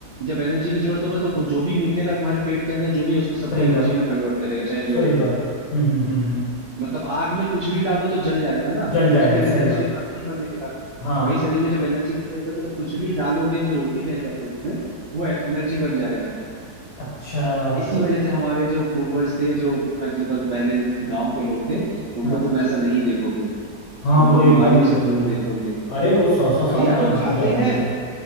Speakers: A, on the right; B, on the left.
A: जब एनर्जी की जरूरत होगा तो जो भी मिलेगा तुम्हारे पेट के अंदर जो भी है उसको सबको
B: सही
A: एनर्जी
B: बात
A: में कन्वर्ट करेगा चाहे जो
B: सही बात हम्म हम्म हम्म हम्म,
A: मतलब आग में कुछ भी डालो तो जल जाएगा ना
B: जल जाएगा
A: वो तो फिर एनर्जी
B: सही बात
A: आग ही बनेगा
B: हाँ
A: वही शरीर में जब एनर्जी की जरूरत होती है तो कुछ भी डालोगे जो भी रहेगा पेट में वो एनर्जी बन जाएगा
B: अच्छा
A: इसी
B: तो
A: वजह
B: ये-
A: से हमारे जो पूर्वज थे जो मतलब पहले गांव के लोग थे उनको
B: हाँ
A: तुम ऐसा नहीं देखोगे
B: हाँ
A: उनको
B: वो
A: बीमारियों
B: एकदम
A: से
B: बिल्कुल
A: दूर देखोगे
B: अरे वो सौ सौ साल
A: और यार वो
B: तक जी
A: खाते
B: जाते
A: हैं
B: थे